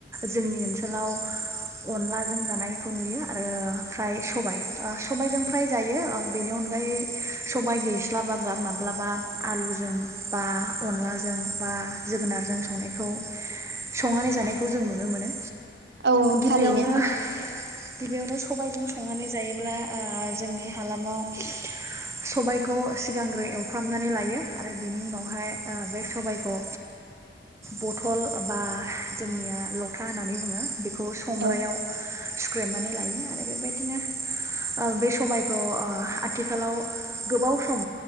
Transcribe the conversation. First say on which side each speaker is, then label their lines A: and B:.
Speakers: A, on the right; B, on the right.
A: जोंनि ओनसोलाव अनलाजों जानायखौ नुयो आरो फ्राय सबाय ओ सबायजों फ्राय जायो बेनि अनगायै सबाइ गैस्लाबा बा माब्लाबा आलुजों बा अनलाजों बा जोगोनारजों संनायखौ संनानै जानायखौ जों नुनो मोनो।
B: औ औ
A: गिबियावनो
B: थारैनो
A: गिबियावनो सबायजों संनानै जायो अब्ला ओ जोंनि हालामाव सबायखौ सिगांग्रो एवफ्रामनानै लायो आरो बेनि उनावहाय ओ बे सबायखौ बथल बा जोंनिया लथा होननानै बुङो। बेखौ संग्रायाव
B: औ
A: सुख्रेमनानै लायो आरो बेबायदिनो ओ बे सबायखौ ओ आथिखालाव गोबाव सम